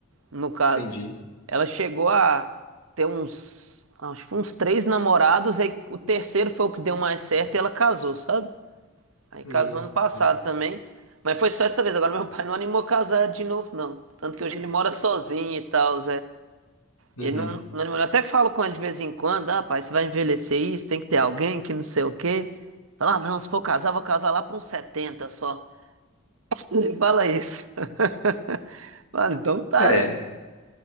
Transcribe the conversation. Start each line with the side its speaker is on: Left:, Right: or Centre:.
Right: No caso.
Left: entendi.
Right: Ela chegou a ter uns, acho que foi uns três namorados, aí o terceiro foi o que deu mais certo e ela casou, sabe? Aí
Left: Hum,
Right: casou ano passado
Left: legal.
Right: também. Mas foi só essa vez. Agora meu pai não animou a casar de novo, não. Tanto que hoje ele mora sozinho e tal,
Left: Uhum.
Right: ele não, não demorou. eu até falo com ele de vez em quando, ah, pai, você vai envelhecer isso, tem que ter alguém que não sei o quê. Fala, ah, não, se for casar, vou casar lá para uns setenta só. <laughs> Ele fala isso. <laughs> Fala, então tá,
Left: É,
Right: né?